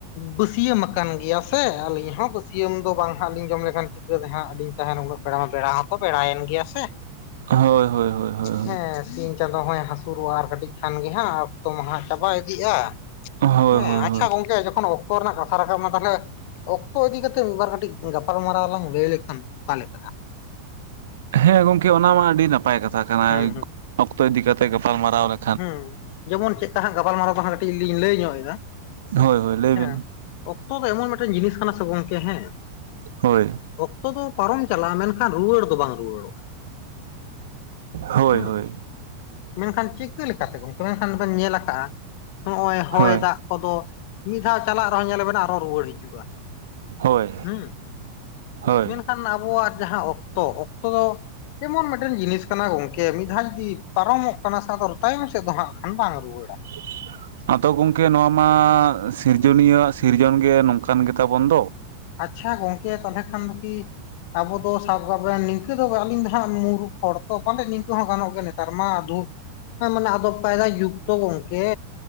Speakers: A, on the left; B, on the right.
A: ᱵᱟᱹᱥᱭᱟᱹᱢ ᱟᱠᱟᱱ ᱜᱮᱭᱟ ᱥᱮ ᱟᱹᱞᱤᱧ ᱦᱚᱸ ᱵᱟᱹᱥᱭᱟᱹᱢ ᱫᱚ ᱵᱟᱝ ᱦᱟᱸᱜ ᱡᱚᱢ ᱞᱮᱠᱷᱟᱱ <unintelligible> ᱦᱟᱸᱜ ᱞᱤᱧ ᱛᱟᱦᱮᱱᱟ ᱩᱱᱟᱹᱜ ᱵᱮᱲᱟ ᱢᱟ ᱵᱮᱲᱟ ᱦᱚᱸᱛᱚ ᱵᱮᱲᱟᱭᱮᱱ ᱜᱮᱭᱟ ᱥᱮ᱾
B: ᱦᱳᱭ ᱦᱳᱭ ᱦᱳᱭ ᱦᱳᱭ
A: ᱦᱮᱸ᱾ ᱥᱤᱧ ᱪᱟᱸᱫᱳ ᱦᱚᱸᱭ ᱦᱟᱹᱥᱩᱨᱚᱜᱼᱟ ᱾ᱟᱨ ᱠᱟᱹᱴᱤᱡ ᱠᱷᱟᱱ ᱜᱮ ᱦᱟᱸᱜ ᱚᱠᱛᱚ ᱢᱟ ᱦᱟᱸᱜ ᱪᱟᱵᱟ ᱤᱫᱤᱜᱼᱟ᱾
B: ᱦᱳᱭ
A: ᱦᱮᱸ
B: ᱦᱳᱭ
A: ᱟᱪᱪᱷᱟ
B: ᱦᱳᱭ
A: ᱜᱚᱝᱠᱮ ᱡᱚᱠᱷᱚᱱ ᱚᱠᱛᱚ ᱨᱮᱱᱟᱜ ᱠᱟᱛᱷᱟ ᱨᱟᱠᱟᱵ ᱱᱟ ᱛᱟᱦᱚᱞᱮ᱾ ᱚᱠᱛᱚ ᱤᱫᱤ ᱠᱟᱛᱮᱜ ᱢᱤᱫ ᱵᱟᱨ ᱠᱟᱹᱴᱤᱡ ᱜᱟᱯᱟᱞᱢᱟᱨᱟᱣ ᱞᱟᱝ ᱞᱟᱹᱭ ᱞᱮᱠᱷᱟᱱ ᱚᱠᱟ ᱞᱮᱠᱟᱜ-ᱟ?
B: ᱦᱮᱸ ᱜᱚᱢᱠᱮ ᱚᱱᱟ ᱢᱟ ᱟᱹᱰᱤ ᱱᱟᱯᱟᱭ ᱠᱟᱛᱷᱟ ᱠᱟᱱᱟ
A: ᱦᱩᱸ
B: ᱚᱠᱛᱚ ᱤᱫᱤ ᱠᱟᱛᱮᱜ ᱜᱟᱯᱟᱞ ᱢᱟᱨᱟᱣ ᱨᱮ
A: ᱦᱮᱸ ᱡᱮᱢᱚᱱ ᱪᱮᱫᱠᱟ ᱦᱟᱸᱜ ᱜᱟᱯᱟᱞ ᱢᱟᱨᱟᱣ ᱫᱚ ᱦᱟᱸᱜ ᱠᱟᱹᱴᱤᱡ ᱞᱤᱧ ᱞᱟᱹᱭ ᱧᱚᱜ ᱮᱫᱟ
B: ᱦᱳᱭ ᱦᱳᱭ ᱞᱟᱹᱭ
A: ᱦᱮᱸ᱾
B: ᱵᱤᱱ
A: ᱚᱠᱛᱚ ᱫᱚ ᱮᱢᱚᱱ ᱢᱤᱫᱴᱮᱱ ᱡᱤᱱᱤᱥ ᱠᱟᱱᱟ ᱥᱮ ᱜᱚᱝᱠᱮ ᱦᱮᱸ᱾
B: ᱦᱳᱭ᱾
A: ᱚᱠᱛᱚ ᱫᱚ ᱯᱟᱨᱚᱢ ᱪᱟᱞᱟᱜᱼᱟ, ᱢᱮᱱᱠᱷᱟᱱ ᱨᱩᱣᱟᱹᱲ ᱫᱚ ᱵᱟᱝ ᱨᱩᱣᱟᱹᱲᱚᱜᱼᱟ᱾
B: ᱦᱳᱭ
A: ᱦᱮᱸ
B: ᱦᱳᱭ᱾
A: ᱢᱮᱱᱠᱷᱟᱱ ᱪᱤᱠᱟᱹ ᱞᱮᱠᱟᱛᱮ ᱜᱚᱝᱠᱮ ᱢᱮᱱᱠᱷᱟᱱ ᱵᱮᱱ ᱧᱮᱞ ᱠᱟᱜ-ᱟ, ᱱᱚᱜ-ᱚᱭ ᱦᱚᱭ
B: ᱦᱳᱭ
A: ᱫᱟᱜ᱾ ᱠᱚᱫᱚ ᱢᱤᱫ ᱫᱷᱟᱣ ᱪᱟᱞᱟᱜ ᱨᱮᱦᱚᱸ ᱧᱮᱞ ᱱᱟᱵᱮᱱ ᱟᱨᱚ ᱨᱩᱣᱟᱹᱲ ᱦᱤᱡᱩᱜᱼᱟ᱾
B: ᱦᱳᱭ
A: ᱦᱩᱸ
B: ᱦᱳᱭ
A: ᱢᱮᱱᱠᱷᱟᱱ ᱟᱵᱚᱣᱟᱜ ᱡᱟᱦᱟᱸ ᱚᱠᱛᱚ, ᱚᱠᱛᱚ ᱫᱚ᱾ ᱡᱮᱢᱚᱱ ᱢᱤᱫᱴᱮᱱ ᱡᱤᱱᱤᱥ ᱠᱟᱱᱟ ᱜᱚᱝᱠᱮ ᱢᱤᱫ ᱫᱷᱟᱣ ᱡᱩᱫᱤ ᱯᱟᱨᱚᱢᱚᱜ ᱠᱟᱱᱟ ᱥᱮ ᱟᱫᱚ ᱨᱩ ᱛᱟᱭᱚᱢ ᱥᱮᱫ ᱫᱚ ᱦᱟᱸᱜ ᱠᱷᱟᱱ ᱵᱟᱝ ᱨᱩᱣᱟᱹᱲᱟ᱾
B: <unintelligible> ᱟᱫᱚ ᱜᱚᱝᱠᱮ ᱱᱚᱶᱟ ᱢᱟ ᱥᱤᱨᱡᱚᱱᱤᱭᱟᱹ ᱣᱟᱜ ᱥᱤᱨᱡᱚᱱ ᱜᱮ ᱱᱚᱝᱠᱟᱱ ᱜᱮᱛᱟ ᱵᱚᱱ ᱫᱚ᱾
A: ᱟᱪᱪᱷᱟ ᱜᱚᱝᱠᱮ ᱛᱟᱞᱦᱮ ᱠᱷᱟᱱ ᱫᱚ ᱠᱤ᱾ ᱟᱵᱚ ᱫᱚ ᱥᱟᱵ ᱠᱟᱵᱮᱱ ᱱᱤᱝᱠᱟᱹ ᱫᱚ ᱟᱹᱞᱤᱧ ᱫᱚ ᱦᱟᱸᱜ ᱢᱩᱨᱩᱠᱷ ᱦᱚᱲ ᱛᱚ ᱯᱟᱞᱮᱫ ᱱᱤᱝᱠᱟᱹ ᱦᱚᱸ ᱜᱟᱱᱚᱜ ᱜᱮᱭᱟ ᱱᱮᱛᱟᱨ ᱢᱟ ᱫᱷᱩ ᱦᱮᱸ ᱢᱟᱱᱮ ᱟᱫᱚ ᱯᱟᱭᱫᱟ ᱡᱩᱜᱽ ᱛᱚ ᱜᱚᱝᱠᱮ᱾